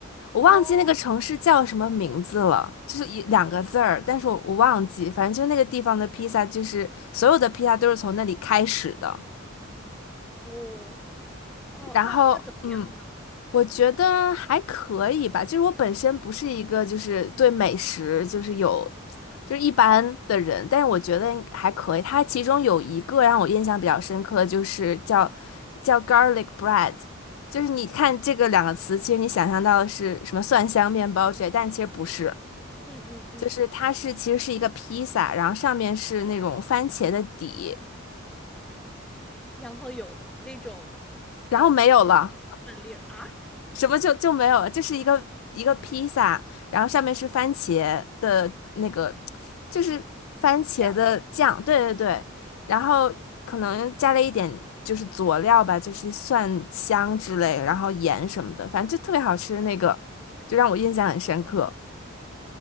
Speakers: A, on the left (about 80°); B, in the centre.
A: 我忘记那个城市叫什么名字了，
B: 哦，
A: 就是一两个字儿，但是我我忘记，反正就那个地方的披萨，就是所有的披萨都是从那里开始的。
B: 我哦，
A: 然后，
B: 那那怎么样呢？
A: 嗯，我觉得还可以吧，就是我本身不是一个就是对美食就是有就是一般的人，但是我觉得还可以。它其中有一个让我印象比较深刻，就是叫叫 garlic bread。就是你看这个两个词，其实你想象到的是什么蒜香面包之类，但其实不是。
B: 嗯嗯嗯，
A: 就是它是其实是一个披萨，然后上面是那种番茄的底，
B: 然后有那种呃
A: 然后没有了，
B: 饭粒儿啊。
A: 什么就就没有了，就是一个一个披萨，然后上面是番茄的那个，就是番茄的酱，
B: 这样
A: 对对对，然后可能加了一点就是佐料吧，就是蒜香之类，然后盐什么的，反正就特别好吃，那个就让我印象很深刻，